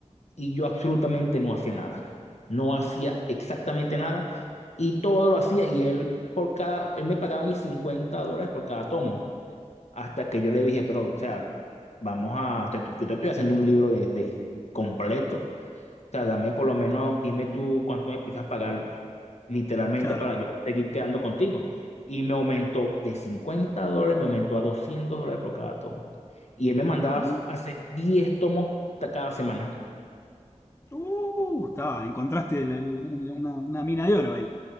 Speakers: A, on the left; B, on the left.
A: y yo absolutamente no hacía nada. No hacía exactamente nada y todo lo hacía y él por cada, él me pagaba mis 50 dólares por cada tomo, hasta que yo le dije, pero, o sea, vamos a, te- yo te estoy haciendo un libro de de- completo sea, dame por lo menos, dime tú cuánto me empiezas a pagar literalmente
B: Claro.
A: para yo seguir quedando contigo. Y me aumentó de 50 dólares, me aumentó a 200 dólares por cada tomo. Y él me mandaba
B: Uh,
A: a hacer 10 tomos ta- cada semana.
B: uh, estaba, encontraste la- la- una, una mina de oro ahí.